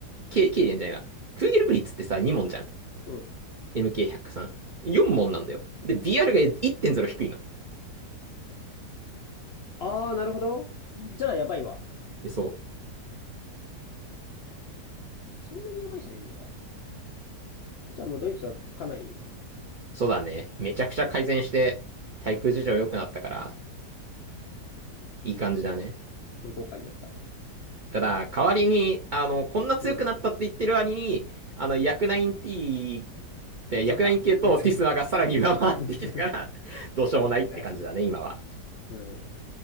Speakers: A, on the right; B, on the left.
A: ケイ、ケイリアンじゃないな。クーゲルブリッツってさ、2問じゃん。
B: うん。
A: MK103。4問なんだよ。で、BR が1.0低いの。
B: ああ、なるほど。じゃあやばいわ。
A: えそう。
B: そっかそんなにやばい車両いるのか。じゃあもうドイツはかなり
A: そうだね。めちゃくちゃ改善して、対空事情良くなったから、いい感じだね。
B: 強硬化になった。
A: ただ、代わりに、あの、こんな強くなったって言ってる割に、
B: うん。
A: あの、薬9 t って、
B: あ、そっか。
A: 薬9系とティスマがさらに上回ってきたから、
B: あいつが <laughs>
A: どうしようもないって感じだね、
B: 怪しい。
A: 今は。
B: うん。